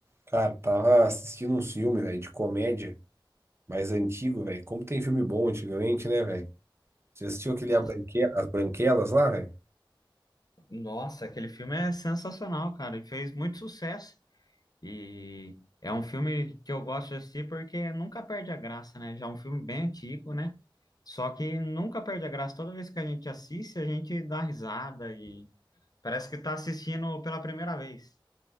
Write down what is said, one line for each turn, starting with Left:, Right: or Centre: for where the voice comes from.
Right: Cara, tava assistindo um filme, velho, de comédia, mais antigo, velho. Como tem filme bom antigamente, né, velho? Você assistiu aquele
Left: Nossa,
Right: A Branque- As Branquelas lá, velho?
Left: nossa, aquele filme é sensacional, cara. e fez muito sucesso. E é um filme que eu gosto de assistir porque nunca perde a graça, né? Já é um filme bem antigo, né? Só que nunca perde a graça. Toda vez que a gente assiste, a gente dá risada e parece que tá assistindo pela primeira vez.